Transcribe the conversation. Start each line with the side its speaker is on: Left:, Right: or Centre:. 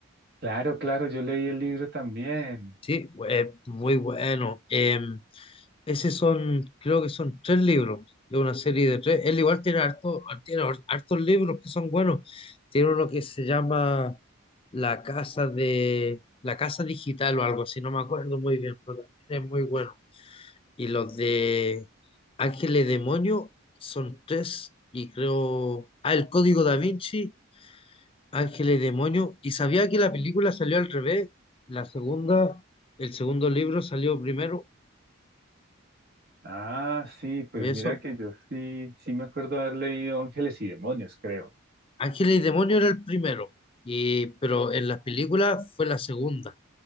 Right: Claro, claro, yo leí el libro también.
Left: Sí, bu- eh, muy bueno. Em, Ese son, creo que son tres libros de una serie de tres. Él igual tiene harto, tiene hartos libros que son buenos. Tiene uno que se llama La Casa de, La Casa Digital o algo así, no me acuerdo muy bien, pero también es muy bueno. Y los de Ángeles Demonio son tres, y creo. Ah, el Código Da Vinci, Ángeles Demonio. Y sabía que la película salió al revés. La segunda, el segundo libro salió primero.
Right: Ah, sí, pues
Left: y Eso,
Right: mira que yo sí, sí me acuerdo haber leído Ángeles y Demonios, creo.
Left: Ángeles y Demonios era el primero, y, pero en las películas fue la segunda,